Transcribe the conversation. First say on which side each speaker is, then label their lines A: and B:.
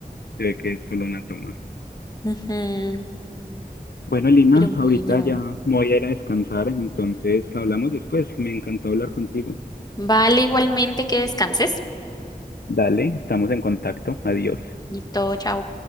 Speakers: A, on the left; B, on the left.
A: se ve que es solo una toma.
B: Ujú.
A: Bueno, Lina,
B: Pero bueno.
A: ahorita ya me voy a ir a descansar, entonces hablamos después. Me encantó hablar contigo.
B: Vale, igualmente que descanses.
A: Dale, estamos en contacto. Adiós.
B: Y todo, chao.